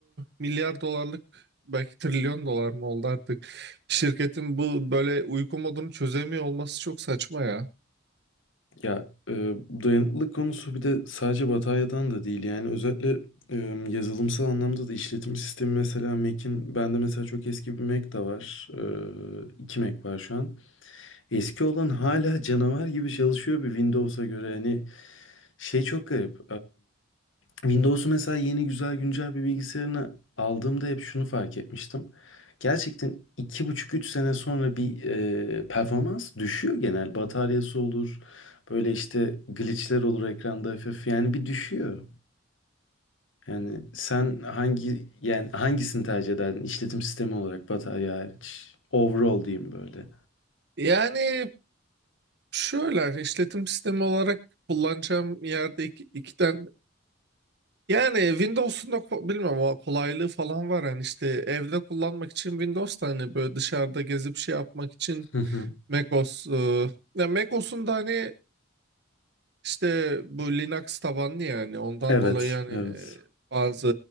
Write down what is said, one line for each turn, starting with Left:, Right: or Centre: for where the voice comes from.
Right: milyar dolarlık belki trilyon dolar mı oldu artık şirketin bu böyle uyku modunu çözemiyor olması çok saçma ya.
Left: Ya e, dayanıklılık konusu bir de sadece batarya'dan da değil. Yani özellikle e, yazılımsal anlamda da işletim sistemi mesela Mac'in bende mesela çok eski bir Mac de var. E, iki Mac var şu an. Eski olan hala canavar gibi çalışıyor bir Windows'a göre. Hani şey çok garip. Windows'u mesela yeni güzel güncel bir bilgisayarını aldığımda hep şunu fark etmiştim. Gerçekten iki buçuk üç sene sonra bir e, performans düşüyor genel. Bataryası olur, böyle işte glitchler olur ekranda hafif yani bir düşüyor. Yani sen hangi yani hangisini tercih ederdin işletim sistemi olarak batarya hariç? Overall diyeyim böyle.
Right: Yani şöyle hani işletim sistemi olarak kullanacağım yerde iki, iki tane yani Windows'un da ko- bilmem o kolaylığı falan var yani işte evde kullanmak için Windows da hani böyle dışarıda gezip şey yapmak için
Left: Hı hı.
Right: macOS e, ya macOS'un da hani İşte bu Linux tabanlı yani ondan
Left: Evet,
Right: dolayı yani
Left: evet.
Right: e, bazı